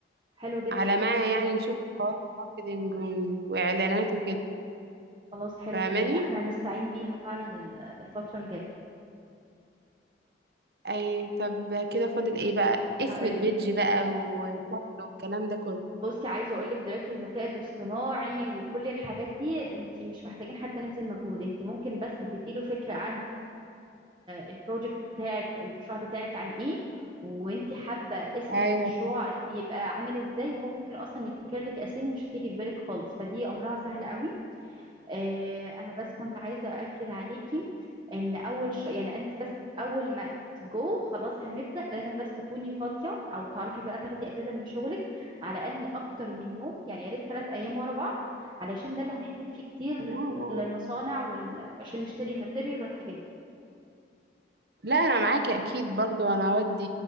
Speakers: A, on the right; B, on the right.
A: حلو جدا
B: على
A: يبقى
B: ما يعني نشوف خطوات ماركتينج وإعلانات وكده
A: خلاص حلو
B: فاهماني
A: جدا يبقى احنا هنستعين بيها فعلا ال- الفترة
B: أي طب كده فاضل إيه بقى اسم
A: الجاية
B: البيدج بقى وشكله والكلام ده كله
A: بصي عايزه اقول لك دلوقتي الذكاء الاصطناعي وكل الحاجات دي انت مش محتاجين حتى نبذل مجهود انت ممكن بس تديله فكره عن البروجكت بتاعك المشروع بتاعك عن ايه وانت حابه اسم
B: أيوة
A: المشروع يبقى عامل ازاي وهو ممكن اصلا يبتكر لك اسامي مش هتيجي في بالك خالص فدي امرها سهل قوي آه، انا بس كنت عايزه اؤكد عليكي ان اول ش... يعني انت بس اول ما تجو خلاص هنبدا لازم بس تكوني فاضيه او تعرفي بقى تاخدي اجازه من شغلك على الاقل اكتر من يوم يعني يا ريت ثلاث ايام ورا بعض علشان ده اللي هننزل فيه كتير
B: تمام.
A: لل- للمصانع وال... عشان نشتري ماتيريال والحاجات دي
B: لا أنا معاكي أكيد برضو أنا هودي